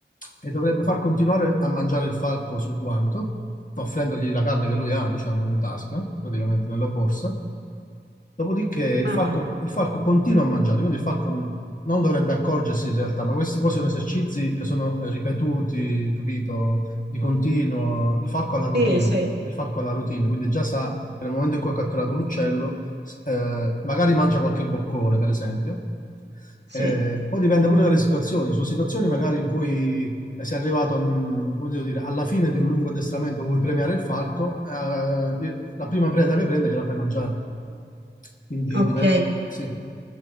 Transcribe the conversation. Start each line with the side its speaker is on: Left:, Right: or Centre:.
Left: e dovrebbe far continuare a mangiare il falco sul guanto, offrendogli la carne che lui ha, diciamo, in tasca, praticamente nella borsa, Dopodiché il
Right: ah,
Left: falco, il falco continua a mangiare, quindi il falco n- non dovrebbe accorgersi in realtà, ma questi poi sono esercizi che sono eh, ripetuti, capito, di continuo. Il falco ha la routine,
Right: sì, sì,
Left: il falco ha la routine, quindi già sa che nel momento in cui ha catturato l'uccello, s- eh, magari mangia qualche boccone, per esempio,
Right: sì.
Left: eh, poi dipende pure dalle situazioni, ci sono situazioni magari in cui eh, sei arrivato, mh, come devo dire, alla fine di un lungo addestramento, vuoi premiare il falco, eh, la prima preda che prende gliela fai mangiare. Quindi
Right: Ok.
Left: dipende, sì.